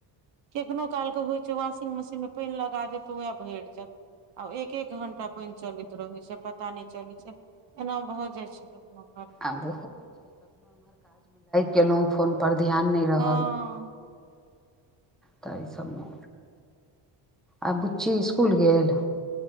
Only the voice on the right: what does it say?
केखनो कालके होइ छै वॉशिंग मशीनमे पानि लगा देब तऽ उएह भरि जायत आब एक एक घंटा पेन चलैत रहै छै पता नहि चलै छै एना भऽ जाइ छै कखनो काल
हँ